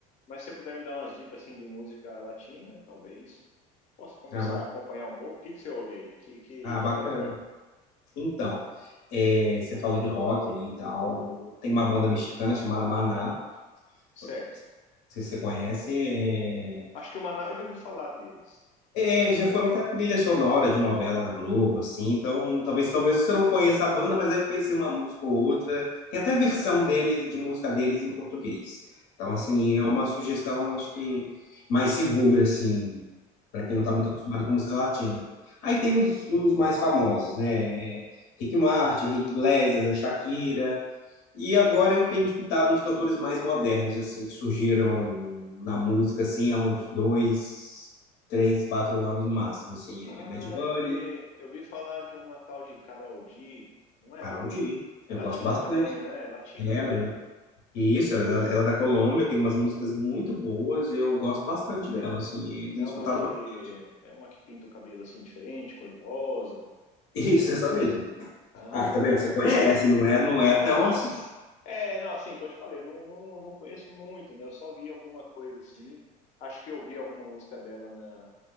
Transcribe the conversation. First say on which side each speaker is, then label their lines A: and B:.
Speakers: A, on the left (about 45°); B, on the left (about 80°).
A: Mas se você puder me dar umas dicas, assim, de música latina, talvez possa começar
B: Ah, ba-
A: a acompanhar um pouco. O que que você ouve aí? Que, que,
B: ah,
A: que
B: bacana.
A: cantor?
B: Então, é, você falou de rock aí e tal. Tem uma banda mexicana chamada Maná.
A: Certo.
B: Não sei se você conhece. é,
A: Acho que o Manaus eu já ouvi falar deles.
B: É,
A: É Uma banda
B: eles já foram até trilha sonora de novela da Globo, assim, então talvez talvez você não conheça a banda, mas deve conhecer uma música ou outra. Tem até versão deles, de música deles em português. Então,
A: hum,
B: assim, é uma sugestão, acho que mais segura, assim, para
A: legal.
B: quem não está muito acostumado com música latina. Aí tem os, os mais famosos, né? É, Rick Martin, Rick Iglesias, a Shakira. E agora eu tenho escutado uns cantores mais modernos, assim, que surgiram na música, assim, há uns dois, três, quatro anos no máximo, assim,
A: Ah,
B: é Bad Bunny,
A: eu vi, eu vi falar de uma tal de Karol G, não é?
B: Karol G,
A: É
B: eu
A: latina
B: gosto bastante
A: também, né? É latina
B: dela,
A: também,
B: né?
A: né?
B: Isso, ela, é da- ela é da Colômbia, tem umas músicas muito boas, eu gosto bastante dela, assim, eu tenho
A: É
B: escutado...
A: uma que
B: ba- <laughs>
A: é uma que pinta o cabelo assim diferente, cor de rosa,
B: Isso,
A: as cores
B: essa
A: assim.
B: mesmo.
A: Ah,
B: Ah, tá
A: legal.
B: vendo? Você conhece, não é, não é tão
A: Não,
B: assim...
A: as, é, não, assim, que eu te falei, eu não, não, não conheço muito, né? Eu só vi alguma coisa assim. Acho que eu vi alguma música dela